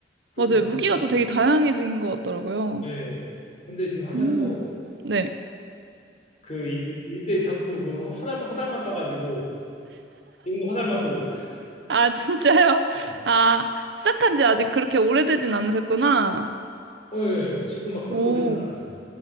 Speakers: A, on the left (about 40°); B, on the right (about 70°).
A: 그렇더라고
B: 맞아요. 무기가
A: 재밌더라고.
B: 좀 되게 다양해진 것 같더라고요.
A: 예. 예. 근데 지금 하면서
B: 음, 네.
A: 그 일, 일대 자꾸 그 화살 화살만 써가지고 지금도 화살만 쏘고 있어요.
B: 아, <laughs> 진짜요?
A: 예.
B: 아, 시작한 지 아직 그렇게 오래되진 않으셨구나.
A: 어, 예. 예. 지금 막 그렇게
B: 오.
A: 오래진 않았어요.